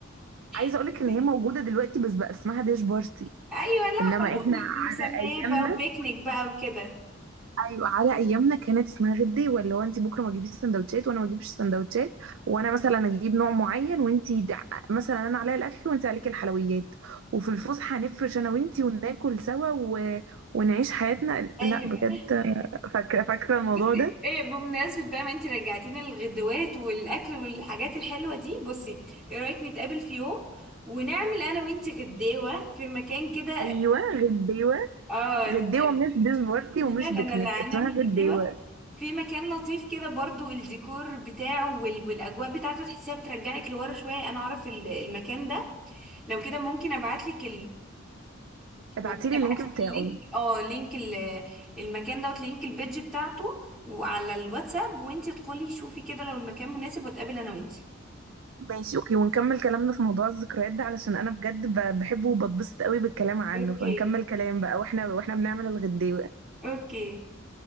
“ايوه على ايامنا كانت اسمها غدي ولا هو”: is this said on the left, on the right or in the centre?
Right